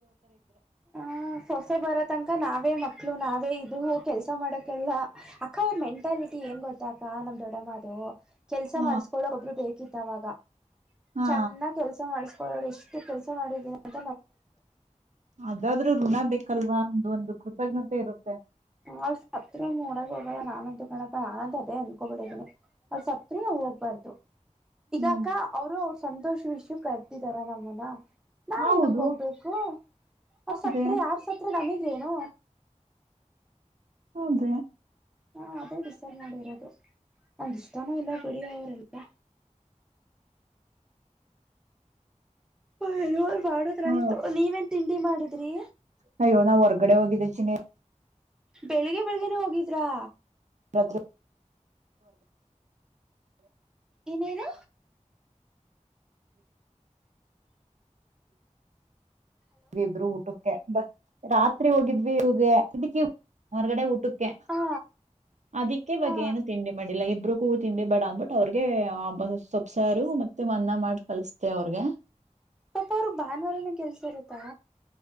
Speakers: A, in the centre; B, on the right (about 70°).
A: ಹಾ ಸೊಸೆ ಬರೋ ತನಕ ನಾವೇ ಮಕ್ಕಳು ನಾವೇ ಇದು ಇವು ಕೆಲಸ ಮಾಡಕಲ್ಲ ಅಕ್ಕ ಅವರ ಮೆಂಟಾಲಿಟಿ ಏನ್ ಗೊತ್ತ ಅಕ್ಕ ನಮ್ಮ ದೊಡ್ಡಮ್ಮ ಅದು ಕೆಲಸ
B: ಹ
A: ಮಾಡಿಸ್ಕೊಳ್ಳೋಕೆ ಒಬ್ರು ಬೇಕಿತ್ತ ಅವಾಗ
B: ಹಾ
A: ಚೆನ್ನಾಗಿ ಕೆಲಸ ಮಾಡಿಸ ಎಷ್ಟು ಕೆಲಸ ಮಾಡಿದ್ದೀನಿ ನಾನು
B: ಅದಾದರೂ ಋಣ ಬೇಕಲ್ವಾ ಒಂದು ಕೃತಜ್ಞತೆ ಇರುತ್ತೆ
A: ಅಲ್ಲಿ ಸತ್ರು ನೋಡಕ ಹೋಗಲ್ಲ ನಾನಂತೂ ಕಣಪ ಆಗದೆ ಅಂದುಕೊಂಡು ಬಿಟ್ಟಿದ್ದೇನೆ ಅವಳ ಸತ್ರು ನಾವು ಹೋಗ್ಬಾರ್ದು ಈ
B: ಹ್ಮ್
A: ಅಕ್ಕ ಅವರು ಅವರ ಸಂತೋಷ ವಿಷಯ ಕರೆದಿದ್ದಾರೆ ನಮ್ಮನ್ನ ನಾವೇನಕ್
B: ಹೌದು
A: ಹೋಗ್ಬೇಕು ಅವರ
B: ಅದೇ
A: ಸತ್ರೆ ಯಾರ ಸತ್ರೆ ನಮಗೇನು
B: ಹೌದ
A: ಹಾ ಅದೇ ದಸರ್ ನೋಡಿರೋದ್ರು ಒಂದ್ ಇಷ್ಟಾನೂ ಇಲ್ಲ ಬಿಡಿಯೋ ಅವರೆಲ್ಲ ಹನೋ ಮಾಡದ್ರ
B: ಹಾ
A: ಆಯ್ತು ನೀವೇನ್ ತಿಂಡಿ ಮಾಡಿದ್ರಿ
B: ಹ ಇವ ನ ಹೊರ್ಗಡೆ ಹೋಗಿದ್ದ ಚ ನೀ
A: ಬೆಳಿಗ್ಗೆ ಬೆಳಿಗ್ಗೆನೆ ಹೋಗಿದ್ರಾ
B: ರತ್ರ
A: ಇನೇನು
B: ವಿಬ್ರು ಊಟಕ್ಕೆ ರಾತ್ರಿ ಹೋಗಿದ್ವಿ ಹ ಅದಕ್ಕೆ ಹೊರ್ಗಡೆ ಊಟಕ್ಕೆ
A: ಹಾ
B: ಅದಕ್ಕೆ ಇವಾಗ
A: ಹಾ
B: ಏನು ತಿಂಡಿ ಮಾಡಿಲ್ಲ ಇಬ್ಬರು ಕೂ ತಿಂಡಿ ಬೇಡ ಅಂದ್ಬಿಟ್ಟ ಅವ್ರಿಗೆಬ್ಬ ಸೊಬ್ಸಾರು ಮತ್ತೆ ಮನ್ನ ಮಾಡ ಕಲ್ಸತೆ ಅವ್ರಿಗೆ
A: ಪಪಾ ಅವ್ರಗ್ ಭಾನುವಾರನ ಕೆಲ್ಸ ಇರುತ್ತಾ